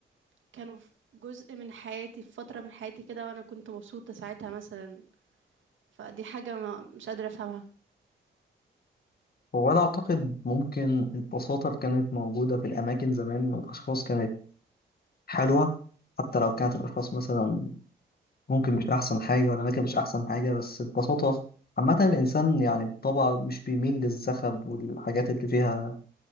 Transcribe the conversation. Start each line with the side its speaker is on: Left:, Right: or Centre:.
Right: كانوا في جزء من حياتي في فترة من حياتي كده وانا كنت مبسوطة ساعتها مثلا فدي حاجة ما مش قادرة أفهمها
Left: هو أنا أعتقد ممكن البساطة اللي كانت موجودة في الأماكن زمان والأشخاص كانت حلوة حتى لو كانت الأشخاص مثلا ممكن مش أحسن حاجة والأماكن مش أحسن حاجة بس ببساطة عامة الإنسان يعني بطبعه مش بيميل للزخب والحاجات اللي فيها